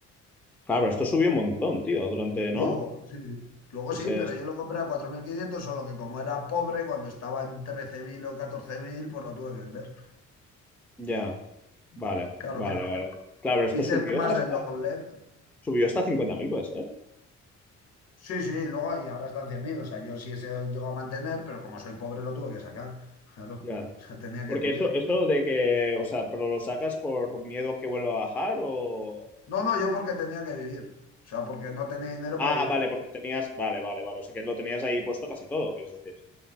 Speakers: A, in the centre; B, on the left.
A: Claro, pero esto subió un montón, tío, durante,
B: Luego,
A: ¿no?
B: sí. sí. Luego
A: Ese
B: sí, pero
A: es-
B: yo lo compré a 4.500 solo que como era pobre, cuando estaba en 13.000 o 14.000 pues lo tuve que vender.
A: Ya. Vale,
B: Claro
A: vale,
B: que
A: vale. Claro, pero esto
B: hice
A: subió
B: más
A: hasta,
B: del doble.
A: subió hasta 50.000 puede ser.
B: Sí, sí, luego y ahora están 100.000 o sea, yo sí se llegó a mantener, pero como soy pobre lo tuve que sacar. <laughs> Claro,
A: Ya.
B: o sea, tenía
A: Porque
B: que vivir.
A: eso, eso de que, o sea, pero lo sacas por miedo a que vuelva a bajar o...
B: No, no, yo porque tenía que vivir. O sea, porque no tenía dinero
A: Ah,
B: para vivir.
A: vale, porque tenías, vale, vale, vale. O sea, que lo tenías ahí puesto casi todo, quieres decir.